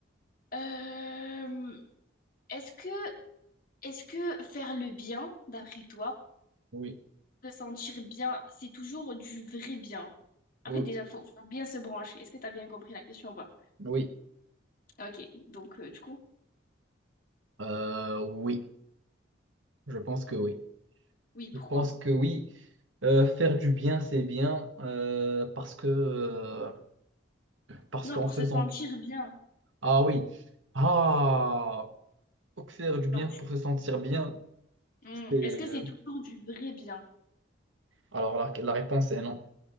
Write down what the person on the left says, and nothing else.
Euh, est-ce que Est-ce que faire le bien, d'après toi,
se sentir bien, c'est toujours du vrai bien? En
fait, déjà, faut, faut bien se brancher. Est-ce que tu as bien compris la question ou pas?
Ok, donc euh, du coup,
oui,
oui, pourquoi?
Non,
pour
se sentir bien.
Genre, tu-
Hmm,
Est-ce que
c'est toujours du vrai bien?